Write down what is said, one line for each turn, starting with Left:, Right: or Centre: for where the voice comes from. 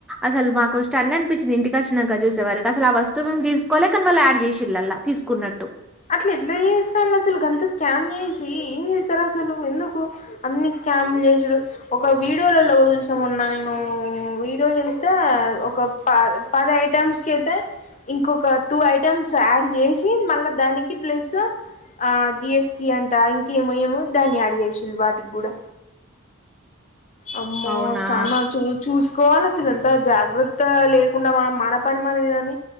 Centre: అసలు మాకు కొంచ్ స్టన్ అనిపిచింది ఇంటికి వచ్చినాక చూసే వరకి అసలు ఆ వస్తువుని తీసుకోలే కానీ వాళ్ళు యాడ్ చేసిలల్లా తీసుకున్నట్టు.
Left: అట్ల ఎట్లా చేస్తానరు అసలు గంత స్కామ్ చేసి ఏం చేస్తారు అసలు ఎందుకు అన్ని ఇస్ స్కామ్ చేసుడు ఒక వీడియో లల్లో కూడా చూసినా మొన్న నేను వీడియో చూస్తే ఒక ప పది ఐటమ్స్ కయితే ఇంకొక టూ ఐటమ్స్ యాడ్ చేసి మళ్ళా దానికి ప్లసు ఆ జి ఎస్టి అంట ఇంకేమో ఏమో దాన్ని యాడ్ చేసిండు వాటికి కూడా. అమ్మో
Centre: అవునా
Left: చానా చూ చూసుకోవాలే అసలు ఎంత జాగ్రత్త లేకుండా మనం మన పని మనదిఇదని